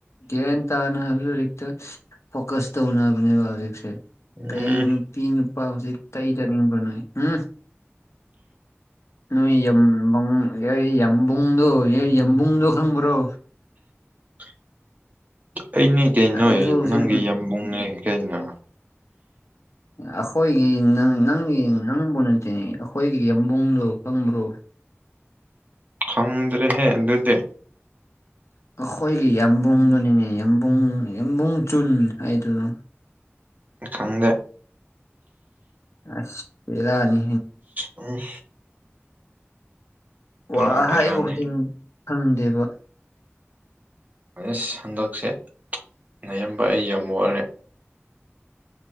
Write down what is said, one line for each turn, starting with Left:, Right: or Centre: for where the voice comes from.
Left: ꯒꯌꯥꯟ ꯇꯥꯅ ꯛꯇ ꯐꯣꯀꯁ ꯇꯧꯅꯕꯕ ꯍꯧꯖꯤꯛꯁꯦ
Right: ꯎꯝ
Left: ꯀꯩ ꯅꯨꯄꯤ ꯅꯨ ꯄꯥ ꯍꯧꯖꯤꯛ ꯇꯩꯖꯅꯤꯡꯕ ꯅꯣꯏ ꯎꯝ ꯅꯣꯏ ꯌꯨꯡ ꯑꯦ ꯌꯥꯝꯕꯨꯡꯗꯣ ꯑꯦ ꯌꯥꯝꯕꯨꯡꯗꯣ ꯈꯪꯕ꯭ꯔꯣ
Right: <unintelligible> ꯑꯩꯅꯦ ꯀꯩ
Left: ꯑꯗꯨꯁꯨ
Right: ꯅꯣꯏ
Left: ꯍꯧꯖꯤꯛ
Right: ꯅꯪꯒꯤ ꯌꯥꯝꯕꯨꯡꯅꯦ ꯀꯩꯅ
Left: ꯑꯩꯈꯣꯏꯒꯤ ꯅꯪꯒꯤ ꯅꯪꯕꯨ ꯅꯇꯤꯅꯤ ꯑꯩꯈꯣꯏꯒꯤ ꯌꯕꯨꯡꯗꯨꯣ ꯈꯪꯕ꯭ꯔꯣ
Right: ꯈꯪꯗ꯭ꯔꯦꯍꯦ ꯑꯗꯨꯗꯨꯗ
Left: ꯑꯩꯈꯣꯏꯒꯤ ꯌꯥꯝꯕꯨꯡꯗꯨꯅꯤꯅꯦ ꯌꯥꯝꯕꯨꯡ ꯌꯥꯝꯕꯨꯡ ꯆꯨꯟ ꯍꯥꯏꯗꯨꯅ
Right: ꯈꯪꯗꯦ
Left: ꯑꯁ ꯄꯦꯔꯅꯤ
Right: ꯎꯝ ꯄꯨꯔꯥ
Left: ꯋꯥ
Right: ꯕꯦꯔꯥꯅꯤ
Left: ꯍꯥꯏꯕꯗꯤꯡ ꯈꯪꯗꯦꯕ
Right: ꯑꯩꯅ ꯁꯟꯗꯛꯁꯦ ꯅꯌꯥꯝꯦꯝꯕ ꯑꯩ ꯌꯥꯝꯃꯛꯑꯔꯦ